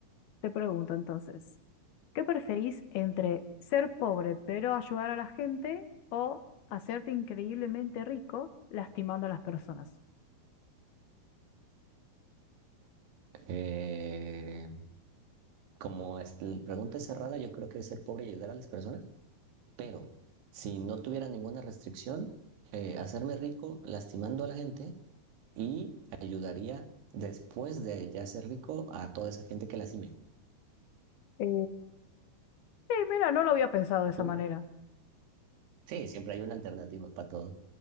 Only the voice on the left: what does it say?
te pregunto entonces, ¿qué preferís entre ser pobre pero ayudar a la gente o hacerte increíblemente rico lastimando a las personas?
Eh, sí, mira, no lo había pensado de esa
manera.